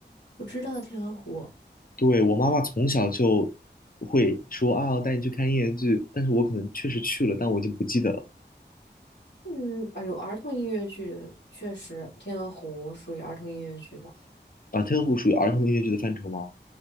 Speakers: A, on the left (about 80°); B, on the left (about 50°).
A: 我知道《天鹅湖》。
B: 对，我妈妈从小就会说啊，我带你去看音乐剧，但是我可能确实去了，但我已经不记得了。
A: 嗯，哎呦，有儿童音乐剧确实，《天鹅湖》属于儿童音乐剧吧？
B: 啊，特护属于儿童音乐剧的范畴吗？